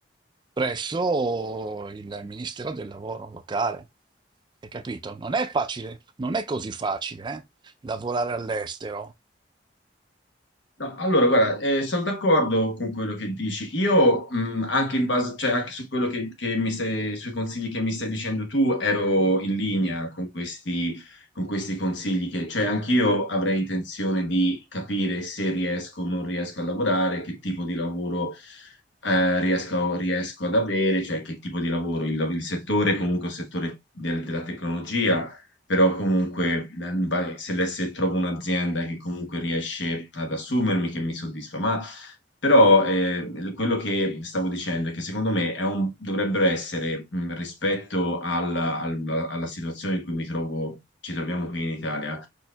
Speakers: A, on the right; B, on the left.
A: presso il Ministero del Lavoro locale. Hai capito? Non è facile, non è così facile, eh, lavorare all'estero.
B: No, allora, guarda, eh, sono d'accordo con quello che dici. Io, mh, anche in base, cioè, anche su quello che, che mi stai, sui consigli che mi stai dicendo tu, ero in linea con questi, con questi consigli che, cioè, anch'io avrei intenzione di capire se riesco o non riesco a lavorare, che tipo di lavoro, eh, riesco, riesco ad avere, cioè, che tipo di lavoro, il, il settore, comunque, il settore del- della tecnologia però comunque eh, vai- se, le- se trovo un'azienda che comunque riesce ad assumermi, che mi soddisfa, ma però eh, quello che stavo dicendo è che secondo me è un- dovrebbero essere mh, rispetto alla, alla- alla situazione in cui mi trovo, ci troviamo qui in Italia,